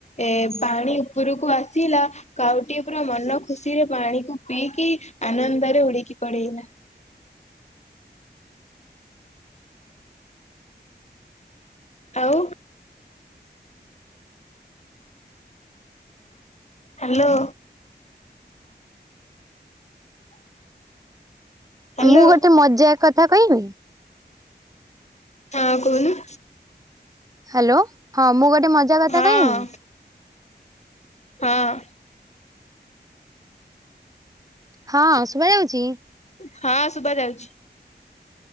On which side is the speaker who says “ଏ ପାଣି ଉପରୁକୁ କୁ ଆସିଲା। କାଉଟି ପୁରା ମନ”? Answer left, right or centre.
Left